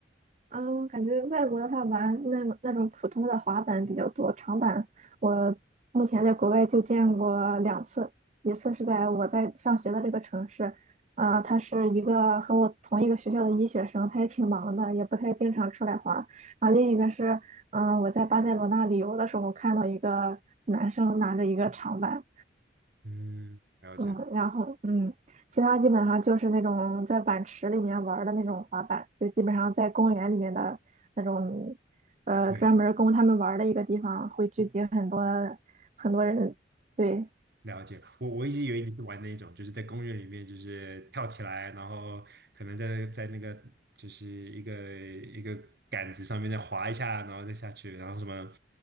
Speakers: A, on the right (about 35°); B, on the right (about 55°).
A: 嗯，感觉外国的话玩那那种普通的滑板比较多，长板我目前在国外就见过两次，一次是在我在上学的这个城市，啊、他是一个和我同一个学校的医学生，他也挺忙的，也不太经常出来滑。啊，另一个是，嗯、我在巴塞罗那旅游的时候看到一个男生拿着一个长板，
B: 嗯，了解。
A: 嗯，然后嗯，其他基本上就是那种在碗池里面玩儿的那种滑板，就基本上在公园里面的那种，呃，
B: 对，
A: 专门儿供他们玩儿的一个地方，会聚集很多很多人。对
B: 了解，我我一直以为你是玩那一种，就是在公园里面，就是跳起来，然后可能在在那个就是一个一个杆子上面再滑一下，然后再下去，然后什么